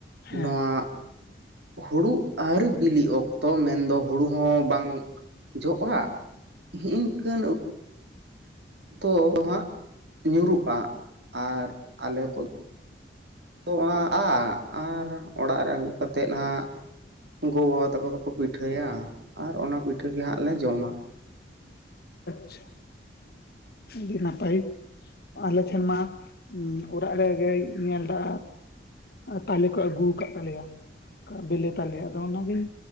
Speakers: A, on the left (about 60°); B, on the right (about 65°).
A: ᱦᱮᱸ
B: ᱱᱚᱣᱟ ᱦᱩᱲᱩ ᱟᱹᱣᱨᱤ ᱵᱤᱞᱤᱜ ᱚᱠᱛᱚ ᱢᱮᱱᱫᱚ ᱦᱩᱲᱩ ᱦᱚᱸ ᱵᱟᱝ ᱡᱚᱜ-ᱟ ᱦᱤᱜᱤᱱ ᱚᱠᱛ ᱛᱚ ᱫᱚᱦᱟᱜ ᱧᱩᱨᱩᱜ-ᱟ ᱟᱨ ᱟᱞᱮ ᱠᱚ ᱛᱚ ᱟ ᱟ ᱟᱨ ᱚᱲᱟᱜ ᱨᱮ ᱠᱟᱛᱮᱫ ᱦᱟᱸᱜ ᱜᱚᱜᱚ ᱵᱟᱵᱟ ᱛᱟᱠᱚ ᱫᱚᱠᱚ ᱯᱤᱴᱷᱟᱹᱭᱟ ᱟᱨ ᱚᱱᱟ ᱯᱤᱴᱷᱟᱹ ᱜᱮ ᱦᱟᱸᱜ ᱞᱮ ᱡᱚᱢᱟ᱾
A: ᱪᱷᱟ ᱟᱹᱰᱤ ᱱᱟᱯᱟᱭ ᱟᱞᱮ ᱴᱷᱮᱱ ᱢᱟ ᱚᱲᱟᱜ ᱨᱮ ᱜᱟᱭ ᱧᱮᱞ ᱫᱟ ᱛᱟᱞᱮ ᱠᱚ ᱟᱹᱜᱩ ᱠᱟᱜ ᱛᱟᱞᱮᱭᱟ ᱵᱮᱞᱮ ᱛᱟᱞᱮ ᱟᱫᱚ ᱚᱱᱟᱜᱤᱧ